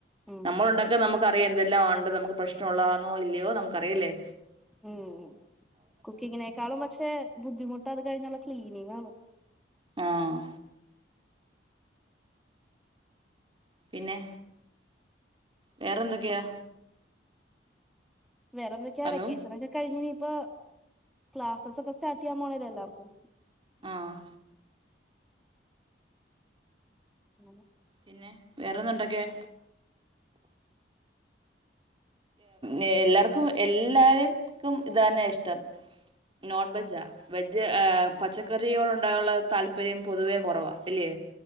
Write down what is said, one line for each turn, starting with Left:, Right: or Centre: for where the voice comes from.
Centre: ഉം
Right: നമ്മൾ
Centre: ഉം
Right: ഉണ്ടാക്കിയാൽ നമുക്ക് അറിയാം എന്തെല്ലാം ഒണ്ട് നമുക്ക് പ്രശ്നം ഉള്ളാന്നോ ഇല്ലയോ നമുക്ക് അറിയാം ഇല്ലേ
Centre: ഉം കുക്കിങ്ങിനേക്കാളും പക്ഷേ ബുദ്ധിമുട്ട് അത് കഴിഞ്ഞുള്ള ക്ലീനിങ്ങ് ആണ്.
Right: ആഹ് പിന്നെ വേറെന്തൊക്കെയാ?
Centre: വേറെ എന്തൊക്കെയാ
Right: ഹലോ
Centre: വെക്കേഷൻ ഒക്കെ കഴിഞ്ഞ് ഇനിയിപ്പോ ക്ലാസസ് ഒക്കെ സ്റ്റാർട്ട് ചെയ്യാൻ പോണല്ലേ എല്ലാവർക്കും
Right: ആഹ്
Centre: <inaudible>
Right: പിന്നെ വേറെന്താ ഉണ്ടാക്കിയെ എല്ലാർക്കും എല്ലാരെക്കും ഇതാന്നെ ഇഷ്ട്ടം നോൺവെജാ വെജ് പച്ചക്കറിയോട് ഉണ്ടാവോള്ള താല്പര്യം പൊതുവേ കുറവാ ഇല്ലേ